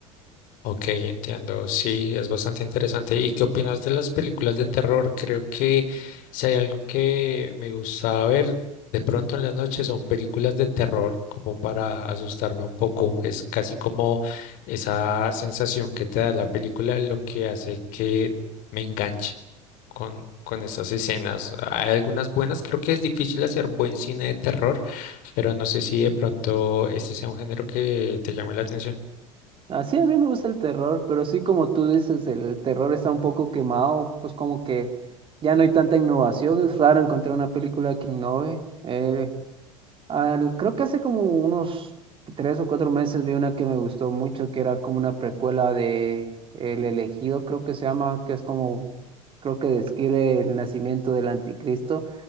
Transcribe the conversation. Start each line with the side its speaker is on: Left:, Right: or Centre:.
Left: Ok, entiendo. Sí, es bastante interesante. ¿Y qué opinas de las películas de terror? Creo que si hay algo que me gusta ver de pronto en las noches son películas de terror, como para asustarme un poco. Es casi como esa sensación que te da la película lo que hace que me enganche con, con estas escenas. Hay algunas buenas, creo que es difícil hacer buen cine de terror, pero no sé si de pronto este sea un género que te llame la atención.
Right: Así a mí me gusta el terror, pero sí como tú dices, el terror está un poco quemado, pues como que ya no hay tanta innovación. Es raro encontrar una película que innove. Eh, Al- creo que hace como unos tres o cuatro meses vi una que me gustó mucho, que era como una precuela de El Elegido, creo que se llama, que es como, creo que describe el nacimiento del anticristo.